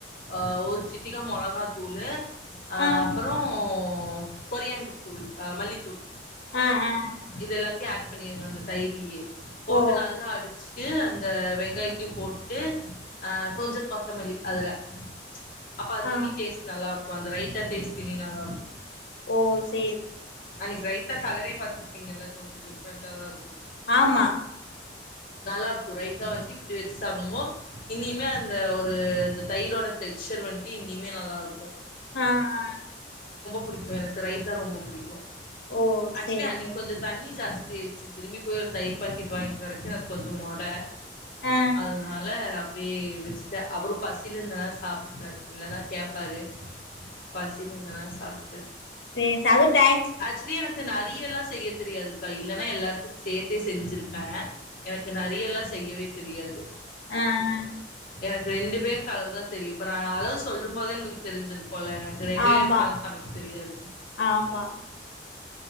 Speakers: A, on the left (about 55°); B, on the left (about 80°).
A: அ ஒரு சிட்டிக்க மொளகாதூளு அ
B: ஆ
A: அப்பரோ ம் கொரியாண்டார் தூள் அ மல்லித்தூள்
B: ஆ ஆ
A: இதெல்லாத் த்யு ஆட் பண்ணிருங்க அந்த தயிர்லியே போட்டு
B: ஓ
A: நல்லா அடிச் ட்டு அந்த வெங்காயத்தையு போட்டுட் அ கொஞ்சோ கொத்தமல்லி அதுல அப்ப அது
B: ஆ
A: இனி டேஸ்ட் நல்லா இருக் ஒ அந்த ரைட்டா தேச்தீ நி நல்லாருக்கு
B: ஓ செரி
A: அன்னிக்கு ரை ட்டா கலரே பார்த்திருப்பீங்கல்ல கொஞ்ச டிஃப்ரெண்டா தா இருக்கு
B: ஆமா
A: நல்லா இருக்கு ரைத்தா வந்து இப்டி வச்சு சாப்பிடும்போ இனிமே அந்த ஒரு அந்த தயிரோட டெக்ஸ்சர் வந்து இனிமே நல்லாருக்கு
B: ஆ ஆ
A: புடிக்கும் எனக்கு ரைஸ்னா ரொம்ப புடிக்கும்
B: ஓ
A: அச்சன
B: சேரி
A: அன்னை
B: சேரி
A: கொஞ்சம் தண்ணி ஜாஸ்தி ச்சு திரும்பி போய் ஒரு தயர் பாக்கெட் வாங்கிட்டு வரைக்கும் அது கொஞ்சம் மொட
B: ஆ
A: அதனால அப்டியே வெச்சுட்டே அவரும் பசியில இருந்தனால சாப்பிட்டாரு இல்ல னா கேப்பாரு பசி இருந்த தா சாப் த
B: ஏ அது ச
A: ஆச்சுவலி எனக்கு நெறைய லா செய்ய தெரியாதுக்கா இல்லைன்னா எல்லாத்தையும் சேர்த்தே செஞ்சிருப்பேன் எனக்கு நெறைய எல்லா செய்யவே தெரியாது
B: ஆஹ
A: எனக்கு ரெண்டு பேருக்கு அளவு தா தெரியும் இப்ப நான் அளவு சொல்லும் போதே உங்களுக்கு தெரிஞ்சிருக்க போல ரெண்டு
B: ஆமா
A: பேருக்கு மேல சமைக்க தெரியாது
B: ஆமா